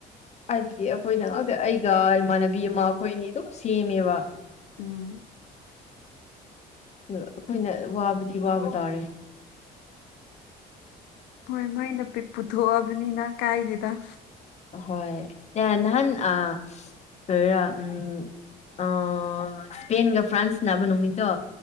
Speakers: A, on the left; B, on the left.
A: ꯍꯥꯏꯗꯤ ꯑꯩꯈꯣꯏꯅ ꯑꯩꯒ ꯏꯃꯥꯟꯅꯕꯤ ꯑꯃ ꯑꯩꯈꯣꯏꯅꯤ ꯑꯗꯨꯝ ꯁꯦꯝꯃꯦꯕ
B: ꯎꯝ
A: ꯑ ꯑꯩꯈꯣꯏꯅ ꯋꯥꯕꯗꯤ ꯋꯥꯕ ꯇꯥꯔꯦ
B: ꯍꯣꯏ ꯃꯥꯏꯅ ꯄꯨꯊꯣꯛꯑꯕꯅꯤꯅ ꯀꯥꯏꯗꯦꯗ
A: ꯍꯣꯏ ꯅꯥ ꯅꯍꯥꯟ ꯑ ꯈꯣꯏꯔꯥ ꯎꯝ ꯑꯥ ꯏꯁꯄꯦꯟꯒ ꯐ꯭ꯔꯥꯟꯁ ꯁꯥꯅꯕ ꯅꯨꯃꯤꯠꯇꯣ